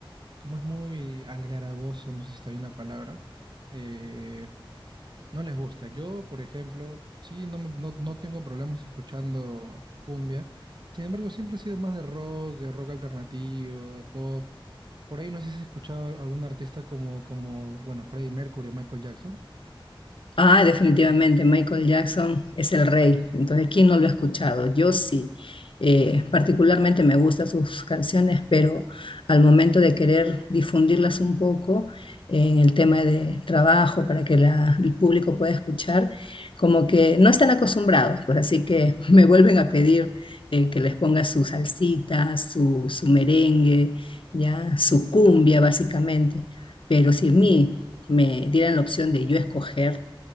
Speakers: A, on the right; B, on the left.
A: como es muy algaraboso, no sé si está bien la palabra, eh, no les gusta. Yo, por ejemplo, sí, no, me- no, no tengo problemas escuchando cumbia. Sin embargo, siempre he sido más de rock, de rock alternativo, de pop. Por ahí no sé si has escuchado a algún artista como, como, bueno, Freddie Mercury o Michael Jackson.
B: Ah, definitivamente, Michael Jackson es el rey. Entonces, ¿quién no lo ha escuchado? Yo sí. Eh, particularmente me gustan sus canciones, pero al momento de querer difundirlas un poco en el tema de trabajo para que la- el público pueda escuchar, como que no están acostumbrados, pues así que <laughs> me vuelven a pedir eh, que les ponga su salsita, su, su merengue, ya, su cumbia básicamente. Pero si a mí me dieran la opción de yo escoger,